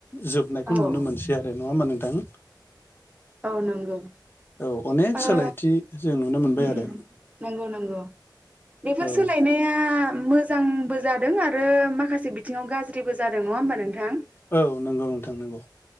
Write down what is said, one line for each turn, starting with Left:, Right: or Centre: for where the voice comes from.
Left: जोबनायखौ
Right: औ
Left: नुनो मोनसै आरो नङा होमा नोंथां?
Right: औ नंगौ।
Left: औ अनेक
Right: ओ
Left: सोलायथि जों नुनो मोनबाय
Right: उम
Left: आरो
Right: नंगौ नंगौ। बेफोर सोलायनाया
Left: औ
Right: मोजांबो जादों आरो माखासे बिथिंआव गाज्रिबो जादों नङा होमबा नोंथां। नोंथां?
Left: औ नंगौ नोंथां नंगौ